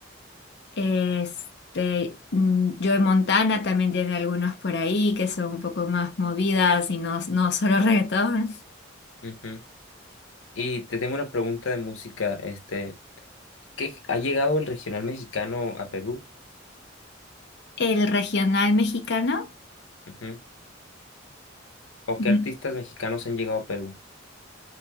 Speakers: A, on the left; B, on the left.
A: Este, mm, Joe Montana también tiene algunos por ahí que son un poco más movidas y no, no solo <laughs> reggaetón.
B: Ujú. Y te tengo una pregunta de música, este, ¿qué ha llegado el regional mexicano a Perú?
A: El regional mexicano.
B: Ujú. ¿O
A: Ujú.
B: qué artistas mexicanos han llegado a Perú?